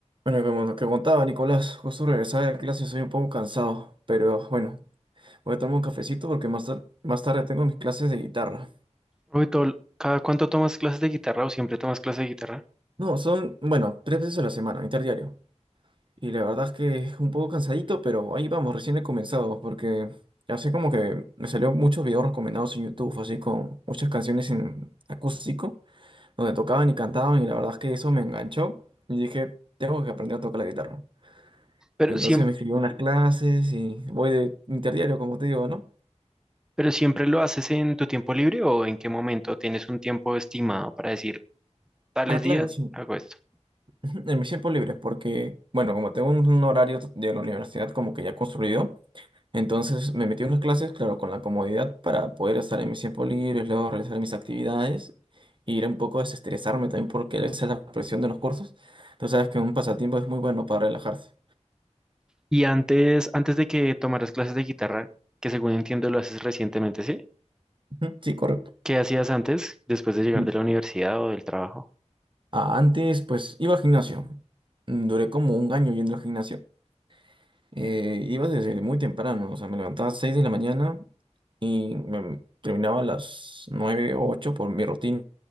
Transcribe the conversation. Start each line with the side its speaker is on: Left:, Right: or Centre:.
Right: Bueno, como te contaba Nicolás, justo regresaba de clase soy un poco cansado, pero bueno, voy a tomar un cafecito porque más, tar- más tarde tengo mis clases de guitarra.
Centre: Uy, tol- ¿cada cuánto tomas clases de guitarra o siempre tomas clases de guitarra?
Right: No, son, bueno, tres veces a la semana, interdiario. Y la verdad es que es un poco cansadito, pero ahí vamos, recién he comenzado, porque así como que me salió muchos videos recomendados en YouTube, así con muchas canciones en acústico, donde tocaban y cantaban, y la verdad es que eso me enganchó y dije, tengo que aprender a tocar la guitarra.
Centre: Pero
Right: Entonces
Centre: siem-
Right: me escribí unas clases y voy de interdiario, como te digo, ¿no?
Centre: pero siempre lo haces en tu tiempo libre o en qué momento tienes un tiempo estimado para decir, tales
Right: Ah, claro,
Centre: días
Right: sí.
Centre: hago esto.
Right: Ujú, En mis tiempos libres, porque, bueno, como tengo un un horario de la universidad como que ya construido, entonces me metí en unas clases, claro, con la comodidad para poder estar en mis tiempos libres, luego realizar mis actividades, e ir un poco a desestresarme también, porque esa es la presión de los cursos. Entonces sabes que un pasatiempo es muy bueno para relajarse.
Centre: Y antes, antes de que tomaras clases de guitarra, que según entiendo lo haces recientemente, ¿sí?
Right: Ujú, Sí, correcto.
Centre: ¿Qué hacías antes, después de llegar
Right: Mm.
Centre: de la universidad o del trabajo?
Right: Ah, antes, pues, iba al gimnasio. Mm, Duré como un año yendo al gimnasio. Eh, iba desde muy temprano, o sea, me levantaba a las 6 de la mañana y me- terminaba a las 9 o 8 por mi rutina.